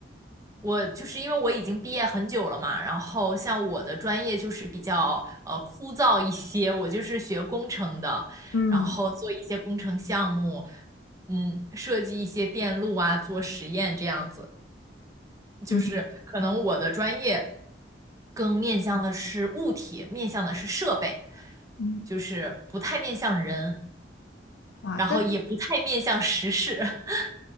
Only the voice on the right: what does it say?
我就是因为我已经毕业很久了嘛，然后像我的专业就是比较呃枯燥一些，我就是学工程的，
然后做一些工程项目，嗯，设计一些电路啊，做实验这样子。就是可能我的专业
更面向的是物体，面向的是设备，
就是不太面向人。
然后也不太面向时事。
<laughs>